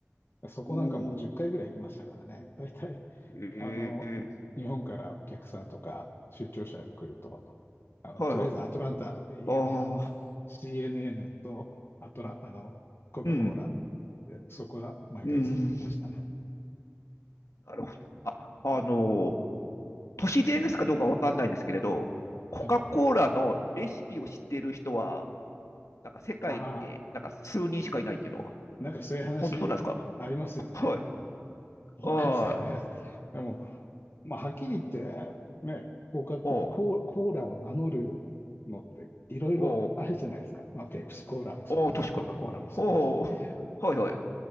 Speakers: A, on the left; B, on the left.
A: そこなんかもう10回ぐらい行きましたからね。
B: おー。
A: 大体、
B: え
A: あの、
B: え
A: 日本からお客さんとか出張者が来ると、あの、
B: はいはい。
A: とりあえずアトランタで有名なあの
B: ああ、
A: CNN とアトラ、あの、コカ・
B: うん。
A: コーラ、で、そこは毎回連れてきましたね。
B: うん。なるほど。あ、あのー都市伝ですかどうかわかんないんですけれど、コカ・
A: はい。
B: コーラのレシピを知っている人は、なんか世界で、
A: ああ、
B: なんか数人しかいないっていうのは、
A: なんかそういう話ありますよね。
B: 本当なんですかはい。
A: どうなんですかね。
B: ああ
A: でも、まあ、はっきり言って、ね、コカ・ココーコーラを名乗るのっていろいろあるじゃないですか。
B: おう、おう、
A: まあ、ペプシコーラもそうだし、
B: おう、確かに。
A: コカ・コーラもそうだし。
B: おう、はいはい。
A: まあ、